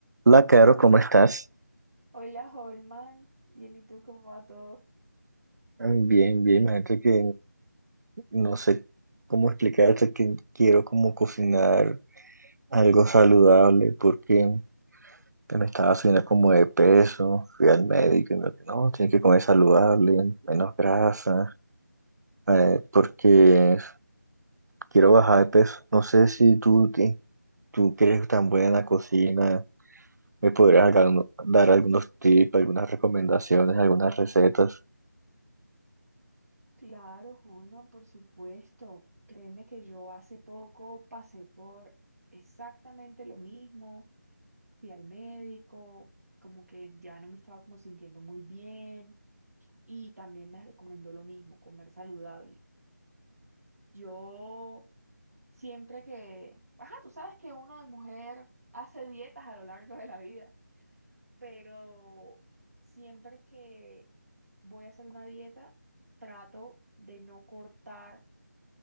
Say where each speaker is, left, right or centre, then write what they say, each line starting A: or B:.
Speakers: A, on the right; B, on the right.
A: Hola, Caro, ¿cómo estás?
B: Hola, Holman. Bien, ¿y tú cómo va todo?
A: Em, Bien, bien, imagínate que no sé cómo explicarte que quiero como cocinar algo saludable porque me estaba subiendo como de peso, fui al médico y me dijo, no, tienes que comer saludable, menos grasa, eh, porque quiero bajar de peso. No sé si tú, ti- tú que eres tan buena en la cocina, me podrías dar, uno- dar algunos tips, algunas recomendaciones, algunas recetas.
B: Claro, Holman, por supuesto. Créeme que yo hace poco pasé por exactamente lo mismo. Fui al médico, como que ya no me estaba como sintiendo muy bien y también me recomendó lo mismo, comer saludable. Yo siempre que, ajá, tú sabes que uno de mujer hace dietas a lo largo de la vida. pero siempre que voy a hacer una dieta, trato de no cortar